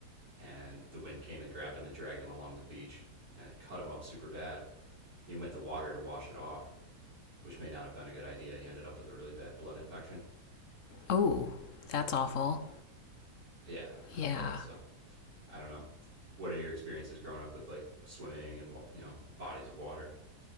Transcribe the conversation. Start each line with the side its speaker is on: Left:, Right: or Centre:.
Right: and the wind came and grabbed him and dragged him along the beach, and it cut him up super bad. He went in the water to wash it off, which may not have been a good idea. He ended up with a really bad blood infection.
Left: Oh, that's awful.
Right: Yeah, not
Left: Yeah.
Right: good. So I don't know. What are your experiences growing up with like swimming and you know bodies of water?